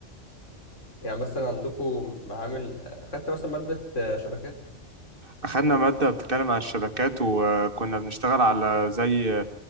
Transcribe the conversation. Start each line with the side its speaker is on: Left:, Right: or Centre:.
Left: يعني مثلا عندكم معامل خدت مثلا مادة آه، شبكات
Right: أخدنا مادة بتتكلم عن الشبكات وكنا بنشتغل على زي